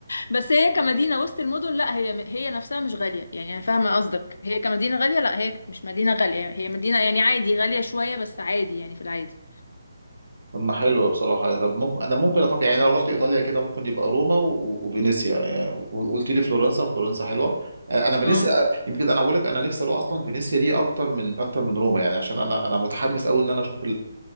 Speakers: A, on the left (about 70°); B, on the right (about 80°).
A: بس هي كمدينة وسط المدن لا هي هي نفسها مش غالية يعني أنا فاهمة قصدك هي كمدينة غالية لا هي مش مدينة غالية هي مدينة يعني عادي غالية شوية بس عادي يعني في العادي
B: طب ما حلو بصراحه طب ممكن
A: مم.
B: انا ممكن افكر يعني لو رحت ايطاليا كده ممكن يبقى روما و- وفينيسيا يعني وقلت لي فلورنسا فلورنسا حلوه آه، انا فينيسيا
A: اه
B: آه، يمكن انا بقول لك انا نفسي اروح اصلا فينيسيا دي اكتر من اكتر من روما يعني عشان انا انا متحمس قوي ان انا اشوف